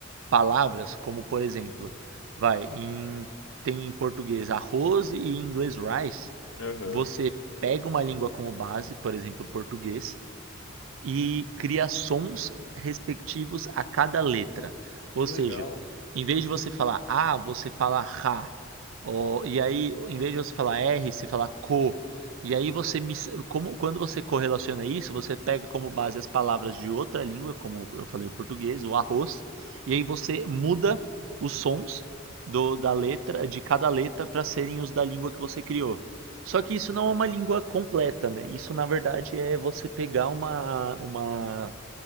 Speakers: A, on the right; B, on the left.
A: palavras como, por exemplo, vai, em- tem em português arroz e em inglês rice,
B: Aham.
A: você pega uma língua como base, por exemplo, português, e cria sons respectivos a cada letra. Ou
B: Que
A: seja,
B: legal.
A: em vez de você falar A, você fala Ra. Ó, e aí, em vez de você falar R, você fala Co. E aí você como, quando você correlaciona isso, você pega como base as palavras de outra língua, como eu falei o português, o arroz, e aí você muda os sons do- da letra de cada letra para serem os da língua que você criou. Só que isso não é uma língua completa, né? Isso, na verdade, é você pegar uma, uma,